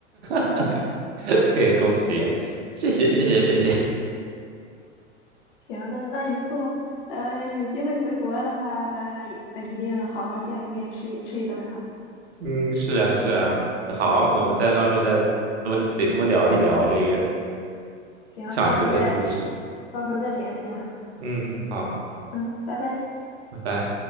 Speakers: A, on the right (about 60°); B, on the left (about 50°).
A: <laughs> 对，恭喜，谢谢谢谢谢谢。
B: 行，那那以后，呃，有机会回国的话，咱俩一呃一定好好见个面，吃一吃一顿哈。
A: 嗯，是啊，是啊，好，我们再到时候再多得多聊一聊这个
B: 行，
A: 上学的故事。
B: 到时候再，到时候再联系哈。
A: 嗯，好，
B: 嗯，拜拜。
A: 拜拜。